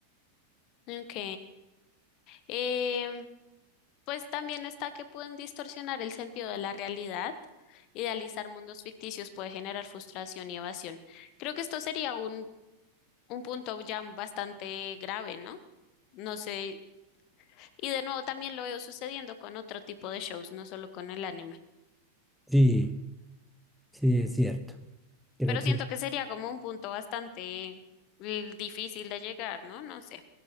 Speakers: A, on the left; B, in the centre.
A: Ok. Em, Pues también está que pueden distorsionar el sentido de la realidad. Idealizar mundos ficticios puede generar frustración y evasión. Creo que esto sería un, un punto ya bastante grave, ¿no? No sé. Y de nuevo también lo veo sucediendo con otro tipo de shows, no solo con el anime.
B: Sí, sí, es cierto. Creo
A: Pero
B: que
A: siento que sería como un punto bastante eh, difícil de llegar, ¿no? No sé.